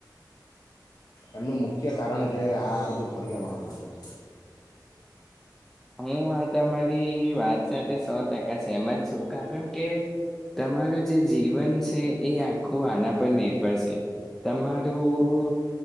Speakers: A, on the left (about 60°); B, in the centre.
A: એમનું મુખ્ય કારણ છે આ બધું પર્યાવરણ આપણું.
B: હું આ તમારી વાત સાથે સો ટકા સહેમત છું કારણ કે તમારું જે જીવન છે એ આખું આના પર નિર્ભર સે તમારું